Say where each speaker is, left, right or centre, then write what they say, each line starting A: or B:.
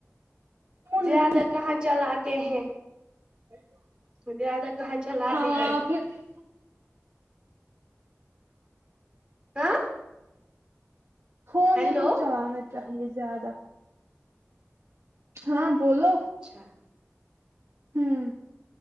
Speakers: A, on the right (about 70°); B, on the right (about 20°).
A: فون
B: زیادہ
A: نہیں
B: کہاں چلاتے ہیں
A: <unintelligible>
B: وہ زیادہ کہاں چلاتے
A: ہاں
B: ہیں
A: پھر بھی
B: ہاں
A: فون
B: ہیلو
A: نہیں چلانا چاہیے زیادہ ہاں بولو
B: اچھا
A: ہوں